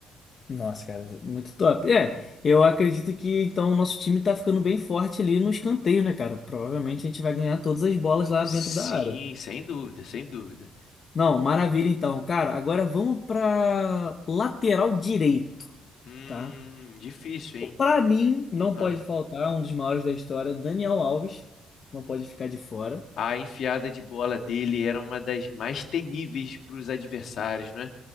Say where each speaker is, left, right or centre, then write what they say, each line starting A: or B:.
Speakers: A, on the left; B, on the left.
A: Nossa, cara, muito top. É, eu acredito que então o nosso time tá ficando bem forte ali no escanteio, né, cara? Provavelmente a gente vai ganhar todas as bolas lá
B: Sim,
A: dentro da área.
B: sem dúvida, sem dúvida.
A: Não, maravilha então. Cara, agora vamos pra lateral direito,
B: Hum,
A: tá?
B: difícil, hein?
A: Pra mim, não
B: Ah,
A: pode faltar um dos maiores da história, Daniel Alves. Não pode ficar de fora.
B: A enfiada de bola dele era uma das mais temíveis para os adversários, não é?